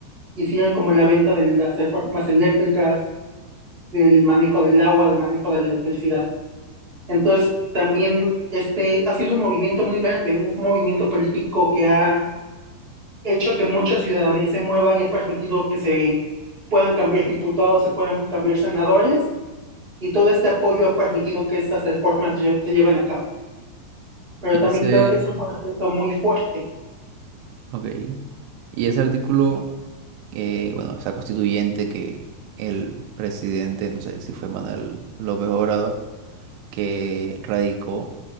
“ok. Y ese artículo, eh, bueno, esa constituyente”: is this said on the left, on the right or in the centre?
Right